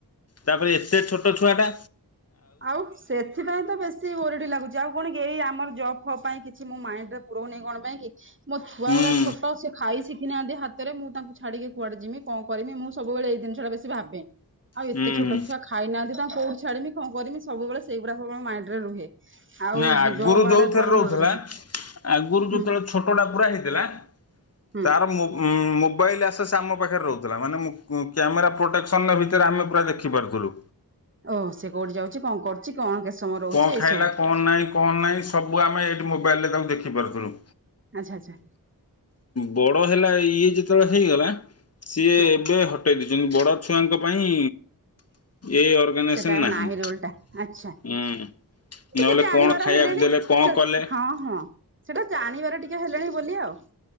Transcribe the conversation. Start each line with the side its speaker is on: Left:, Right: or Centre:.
Left: ତାପରେ ଏତେ ଛୋଟ ଛୁଆ ଟା
Right: ଆଉ ସେତ୍ ଏଥିପାଇଁ ତ ବେଶୀ ଓରିଡ଼ି ଲାଗୁଚିଆଉ କଣ କି ଏଇ ଆମର ଜବ୍ ଫବ ପାଇଁ କିଛି ମୁଁ ମାଇଣ୍ଡରେ ପୁରଉନି କଣ ପାଇଁ କି? ମୋ ଛୁଆ
Left: ହୁଁ
Right: ଗୁଡା ଛୋଟ ସେ ଖାଇ ଶିଖିନାହାନ୍ତି ହାତ ମୁଁ ତାଙ୍କୁ ଛାଡିକି କୁଆଡେ ଯିବି କଣ କରିବି ମୁଁ ସବୁବେଳେ ଏଇକଥା ଟା ଭାବେ ଆଉ
Left: ହୁଁ
Right: ଏତେ ଛୋଟ ଛୁଆ ଖାଇନାହାନ୍ତି ତାଙ୍କୁ କୋଉଠି ଛାଡିବି କଣ କରିବି ସବୁବେଳେ ସେଇଗୁଡାକ ମୋ ମାଇଣ୍ଡରେ ରୁହେ ଆଉ
Left: ନା ଆଗରୁ
Right: ଜବ୍
Left: ଯୋଉଥିରେ
Right: ଆଡେ କୁଆଡେ
Left: ରହୁଥିଲା
Right: ମୁଣ୍ଡ ପଶି
Left: ଆଗରୁ ଯେତେବେଳେ
Right: ହୁଁ
Left: ଛୋଟଟା ପୁର ହେଇଥିଲା
Right: ହୁଁ
Left: ତାର ମୋବାଇଲ୍ ଆସେ ସେ ଆମ ପାଖରେ ରହୁଥିଲା ମାନେ କ୍ୟାମେରା ପ୍ରୋଟେକ୍ସନ ଭିତରେ ଆମେ ପୁରା ଦେଖିପାରୁଥିଲୁ।
Right: ଓହୋ ସେ କୋଉଠି ଯାଉଛି କଣ କରୁଛି କଣ ସମୟ ରହୁଛି
Left: କଅଁ
Right: ଏଇ
Left: ଖାଇଲା
Right: ସବୁ
Left: କଣ ନାଇଁ କଣ ନାହିଁ ସବୁ ଆମେ ଏଇଠି ମୋବାଇଲ୍ ରେ ତାକୁ ଦେଖିପାରୁଥିଲୁ।
Right: ଆଚ୍ଛା ଆଚ୍ଛା।
Left: ବଡ଼ ହେଲା ଇଏ ଯେତେବେଳେ ହେଇଗଲା ସିଏ
Right: ହଁ
Left: ଏବେ ହଟେଇ ଦେଇଚନ୍ତି ବଡ଼ ଛୁଆଙ୍କ ପାଇଁ ଏଇ ଅର୍ଗାନାଇଜେସନ୍
Right: ସେଟା ଆଉ
Left: ନାହିଁ।
Right: ରୋଲ୍ ଟା ଆଚ୍ଛା
Left: ହୁଁ ନହେଲେ
Right: ଟିକେ ଜାଣିବାର
Left: କଣ ଖାଇବାକୁ
Right: ହେଲେଣି
Left: ଦେଲେ କଣ
Right: ସେ
Left: କଲେ
Right: ହଁ ହଁ ସେଟା ଜାଣିବାରେ ଟିକେ ହେଲେଣି ବୋଲି ଆଉ